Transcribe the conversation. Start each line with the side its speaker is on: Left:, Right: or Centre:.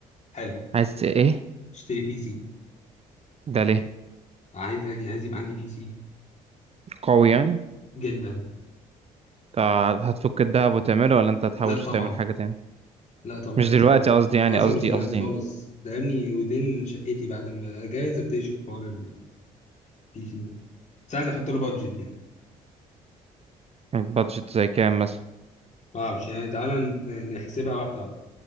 Left: حالا
Right: عايز ايه
Left: اشتري بي سي
Right: ده ليه
Left: عايز أجي- عايز يبقى عندي بي سي
Right: قوي يعني
Left: جدا
Right: طب هتفك الدهب وتعمله ولا انت هتحوش
Left: لا طبعا
Right: تعمل حاجة تاني
Left: لا طبعا
Right: مش
Left: عايز
Right: دلوقتي
Left: احاول
Right: قصدي يعني
Left: واصلا
Right: قصدي
Left: مش دلوقتي
Right: قصدي
Left: خالص ده يا ابني ودين شقتي بعد ما اجهز ابتدي اشوف حوار البي سي ده. بس عايز احط له بادجت يعني
Right: بادجت زي كام مثلا
Left: ما اعرفش يعني تعالى ن- نحسبها واحده واحده